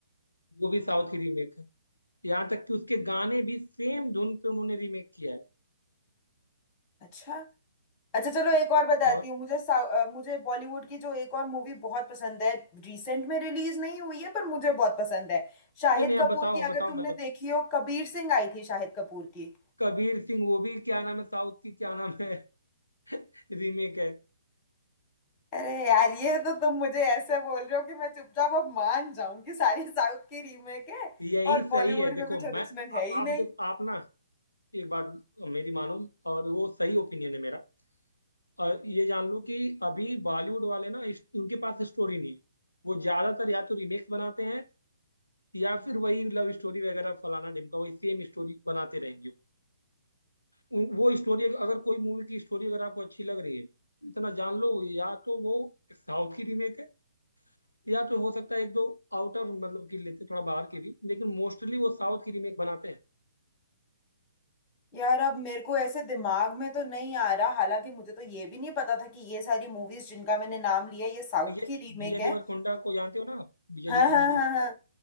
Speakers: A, on the left (about 80°); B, on the left (about 20°).
A: वो भी साउथ की रीमेक है यहाँ तक कि उसके गाने भी सेम धुन पे उन्होंने रीमेक किया है
B: अच्छा अच्छा चलो एक और बताती
A: और
B: हूँ मुझे साउ- अ, मुझे बॉलीवुड की जो एक और मूवी बहुत पसंद है रिसेंट में रिलीज नहीं हुई है पर मुझे बहुत पसंद है शाहिद
A: नहीं नहीं आप
B: कपूर
A: बताओ
B: की अगर
A: बताओ
B: तुमने
A: मैं बताऊं
B: देखी हो कबीर सिंह आई थी शाहिद कपूर की
A: कबीर सिंह वो भी क्या नाम है साउथ की क्या नाम है <laughs> रीमेक है
B: अरे यार ये तो तुम मुझे ऐसे बोल रहे हो कि मैं चुपचाप अब मान जाऊं कि सारी साउथ की रीमेक है
A: यही
B: और बॉलीवुड
A: सही है देखो
B: में कुछ ओरिजिनल
A: मैं आ,
B: है
A: आप
B: ही नहीं
A: देखो आप ना एक बात मेरी मानो और वो सही ओपिनियन है मेरा और ये जान लो कि अभी बॉलीवुड वाले ना इस- उनके पास स्टोरी नहीं है वो ज्यादातर या तो रीमेक्स बनाते हैं या फिर वही लव स्टोरी वगैरह फलाना ढिमका वही सेम स्टोरी बनाते रहेंगे वो उन- वो स्टोरी अगर कोई मूवी की स्टोरी अगर आपको अच्छी लग रही है तो इतना जान लो या तो वो साउथ की रीमेक है या तो हो सकता है एक दो आउटर मतलब की लेते थोड़ा बाहर की भी लेकिन मोस्टली वो साउथ की रीमेक बनाते हैं
B: यार अब मेरे को ऐसे दिमाग में तो नहीं आ रहा हालांकि मुझे तो ये भी नहीं पता था कि ये सारी मूवीज जिनका मैंने नाम लिया ये साउथ
A: विजय
B: की रीमेक
A: विजय
B: है
A: देवरकोंडा को जानते हो ना आप? विजय
B: हाँ
A: देवरकोंडा
B: हाँ हाँ हाँ